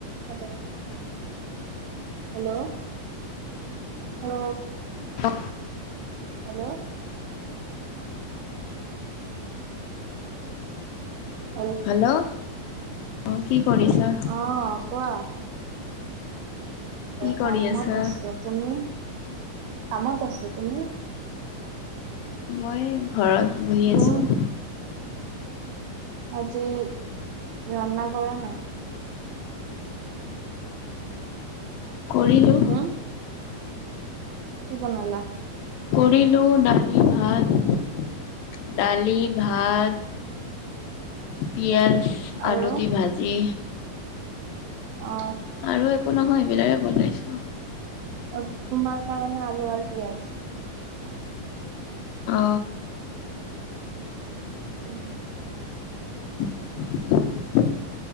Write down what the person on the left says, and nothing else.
অ
হেল্ল, অ কি কৰিছা।
কি
কৰি আছা
মই ঘৰত বহি
আছো।
কৰিলো।
কৰিলো দালি ভাত দালি ভাত। পিয়াজ
আলু দি ভাজি।
আৰু একো নহয় এইবিলাক বনাইছো।
অ
<inaudible>